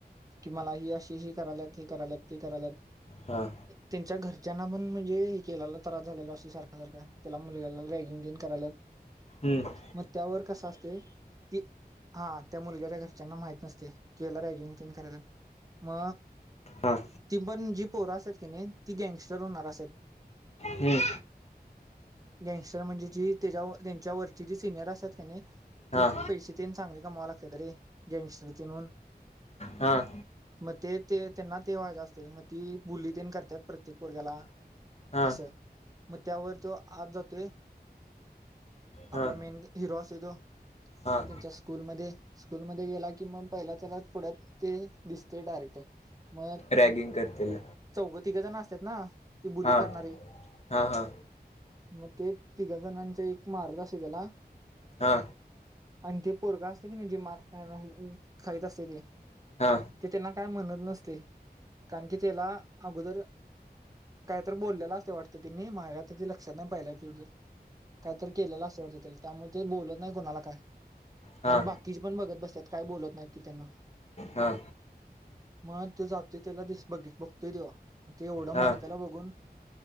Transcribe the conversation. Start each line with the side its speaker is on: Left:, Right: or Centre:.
Right: कि मला ह अशी ह करालात हे करात ते करालात.
Left: हां
Right: त्यांच्या घरच्यांना पण म्हणजे हे केलेला त्रास झालेला असे सारखा सारखा त्याला मुलगला रॅगिंग न करायला.
Left: हम्म.
Right: मग त्यावर कस असते ती हा त्या मुलग्याच्या घर माह नंग क म
Left: हां
Right: ती पण जी पोरं असत की नाही ती गँगस्टर होणार असत.
Left: हं,
Right: गँंगस्टर म्हणजे जी त्यांच्यावरची जे सिनियर असतात का नाही
Left: हां
Right: ती पैसे तेन चांगली कमाव लागते रे गँंगस्टरचे नून
Left: हां
Right: मग ते ते त्यांना ते व्हायचं असते मग ती बुली तेन करतात प्रत्येक बोरग्याला
Left: हां
Right: असं मग त्यावर तो आज जातोय आपला
Left: हां
Right: मेन हिरो येतो
Left: हां
Right: त्यांच्या स्कूलमध्ये स्कूल मध्ये गेला कि मग पहिला त्याला पुढ ते दिसते डायरेक्टर मग
Left: रॅगिंग करतील
Right: चौघं तिघं जण असत ना ती बुली
Left: हा
Right: करणारे
Left: हा हा
Right: मग ते तिघ जणांचा एक मारत असे त्याला
Left: हा
Right: आणि ते पोरगा असते की नाही जे मार खाईत असते ते
Left: हा
Right: ते त्यांना काय म्हणत नसते कारण की त्याला अगोदर कायत बोललेला असते वाटत तिनी माझ्या त लक्षात नाही पाहिला कायत केलेलं असं वाटत त्या त्यामुळे ते बोलत नाही कोणाला काय
Left: हां
Right: आणि बाकी बघत बसतत काय बोलत नाही त्यांना
Left: हा
Right: मग तो जातोय त्याला दिस बघित बघतोय तेव्हा मग ते एवढं
Left: हां
Right: मारताला बघून